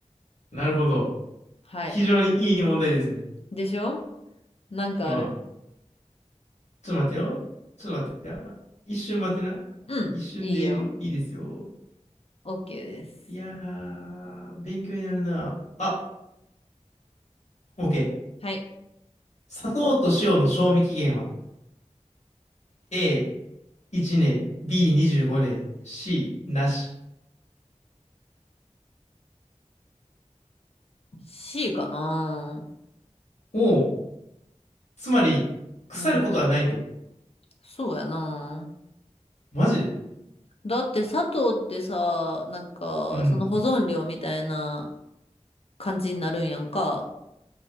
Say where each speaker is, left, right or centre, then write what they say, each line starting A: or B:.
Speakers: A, on the left (about 70°); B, on the left (about 55°).
A: なるほど。
B: はい。
A: 非常にいい問題ですね。
B: でしょなんかある
A: うん。ちょっと待ってよ。ちょっと待ってよ。一瞬待ってな。
B: うん。
A: 一瞬でいいですよ。
B: いいよ。OK です。
A: いやー、勉強になるな。あ、OK。
B: はい。
A: 砂糖と塩の賞味期限は A1 年、B25 年、C なし。
B: C かな。
A: おお、つまり、腐ることはないと。
B: うん。そうやな。
A: マジで
B: だって砂糖ってさ、なんか、
A: うん。
B: その保存料みたいな感じになるんやんか。